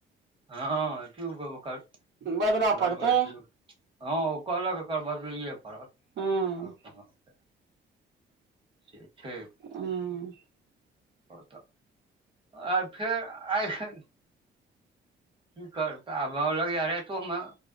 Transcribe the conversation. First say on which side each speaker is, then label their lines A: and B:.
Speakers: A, on the right; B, on the right.
A: हां ट्यूब ओकर
B: बदलऽ
A: गड़बड़
B: पड़तै
A: छै। हां ओ कहलक एकर बदलैये पड़त
B: हँ
A: और <unintelligible> से छै।
B: आं।
A: ओ तऽ आय फेर आय खन की करतै आब लगैया राएतो मे